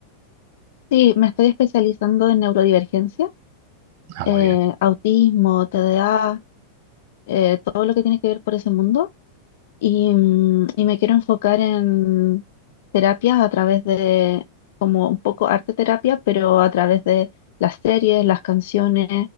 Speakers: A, on the left; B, on the right.
A: Sí, me estoy especializando en neurodivergencia,
B: Ah,
A: eh,
B: muy bien.
A: autismo, TDA, eh, todo lo que tiene que ver por ese mundo. Y, mm, y me quiero enfocar en terapias a través de, como un poco arte terapia, pero a través de las series, las canciones,